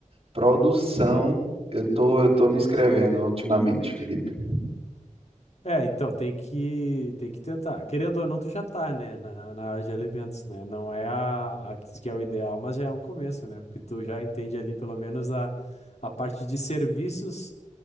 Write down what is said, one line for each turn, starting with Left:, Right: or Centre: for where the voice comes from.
Right: produção. Eu tô, eu tô me inscrevendo ultimamente, Felipe.
Left: É, então tem que tem que tentar. Querendo ou não, tu já tá, né, na, na área de alimentos, né? Não é a, a que é o ideal, mas já é um começo, né? Porque tu já entende ali pelo menos a, a parte de serviços